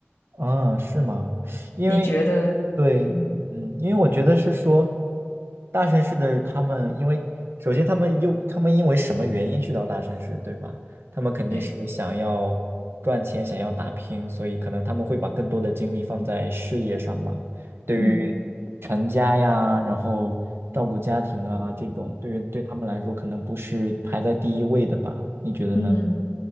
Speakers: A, on the right; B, on the left.
A: 嗯，啊，是吗？因为
B: 你觉得？
A: 对，
B: 嗯，
A: 嗯，因为我觉得是说，大城市的他们，因为首先他们又他们因为什么原因去到大城市，对吧？他们肯定是想要赚钱，
B: 对，
A: 想要打拼，所以可能他们会把更多的精力放在事业上吧。对于成家呀，
B: 嗯
A: 然后照顾家庭啊这种，对于对他们来说，可能不是排在第一位的吧？你觉得呢？
B: 嗯。